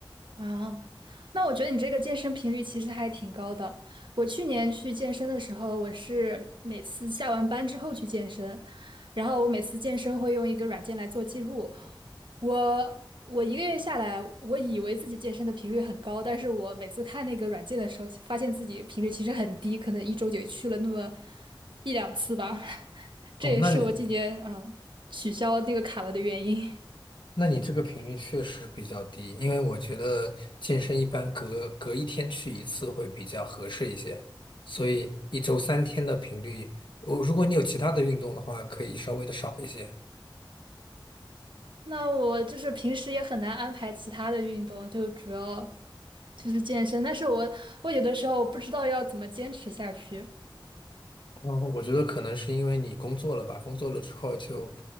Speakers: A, on the right (about 70°); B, on the left (about 65°).
A: 啊，那我觉得你这个健身频率其实还挺高的。我去年去健身的时候，我是每次下完班之后去健身，然后我每次健身会用一个软件来做记录。我我一个月下来，我以为自己健身的频率很高，但是我每次看那个软件的时候，发现自己频率其实很低，可能一周就去了那么一两次吧。<laughs> 这也是我今年嗯取消那个卡了的原因。
B: 哦，那你那你这个频率确实比较低，因为我觉得健身一般隔隔一天去一次会比较合适一些，所以一周三天的频率，我如果你有其他的运动的话，可以稍微的少一些。
A: 那我就是平时也很难安排其他的运动，就主要就是健身。但是我我有的时候不知道要怎么坚持下去，
B: 嗯，我觉得可能是因为你工作了吧，工作了之后就，